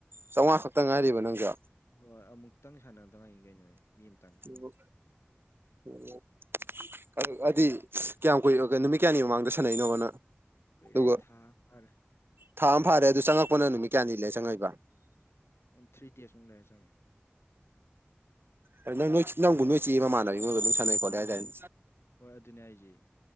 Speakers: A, on the right (about 65°); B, on the left (about 85°).
A: ꯆꯥꯝꯃꯉꯥ ꯈꯛꯇ ꯉꯥꯏꯔꯤꯕ ꯅꯪꯁꯨ
B: ꯍꯣꯏ ꯑꯃꯨꯛꯇꯪ ꯁꯥꯟꯅꯗꯉꯥꯏꯅꯤ ꯀꯩꯅꯣ ꯑꯩ ꯃꯤ ꯑꯃꯇꯪ
A: ꯑꯣ ꯑꯣ ꯑꯗꯨ ꯑꯗꯨꯗꯤ ꯀꯌꯥꯝ ꯀꯨꯏꯔꯒꯦ ꯅꯨꯃꯤꯠ ꯀꯌꯥꯅꯤ ꯃꯃꯥꯡꯗ ꯁꯥꯟꯅꯩꯅꯣꯕ ꯅꯪ
B: ꯀꯩꯏꯔꯦ
A: ꯑꯗꯨꯒ
B: ꯊꯥ ꯑꯃ ꯐꯥꯔꯦ
A: ꯊꯥ ꯑꯃ ꯐꯥꯔꯦ ꯑꯗꯨ ꯆꯪꯉꯛꯄꯅ ꯅꯨꯃꯤꯠ ꯀꯌꯥꯅꯤ ꯂꯩꯔ ꯆꯪꯉꯛꯏꯕ
B: ꯊ꯭ꯔꯤ ꯗꯦꯖꯃꯨꯛ ꯂꯩꯔ ꯆꯪꯉꯛꯑꯦ
A: ꯑꯗ ꯅꯪ ꯅꯣꯏ ꯅꯪꯕꯨ ꯅꯣꯏ ꯆꯦꯒꯤ ꯃꯃꯥꯟꯅꯕꯕꯤ ꯑꯃꯒꯥ ꯑꯗꯨꯝ ꯁꯥꯟꯅꯩ ꯈꯣꯠꯂꯦ ꯍꯥꯏꯗꯥꯏꯅꯦ
B: ꯍꯣꯏ ꯑꯗꯨꯅꯦ ꯍꯥꯏꯖꯦ